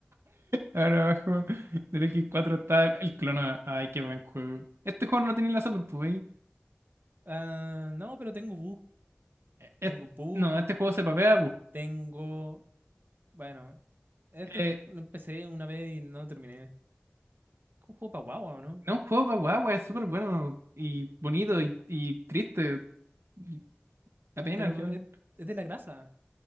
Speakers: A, on the right (about 80°); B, on the right (about 50°).
A: Ahora abajo del x cuatro está el, el clona. Ay, qué buen juego. Este juego no lo tenía en la Saturn, pues. ¿Veis?
B: Ah, no, pero tengo bug.
A: Eh, eh,
B: Tengo bug.
A: No, este juego se papea,
B: Tengo... Bueno, este
A: pues.
B: ju- lo empecé una vez y no lo terminé. Es Un juego para guagua, ¿o ¿no?
A: No, un juego para guagua, es súper bueno y bonito y, y triste. Y da pena
B: Pero
A: al final.
B: es, es de la grasa.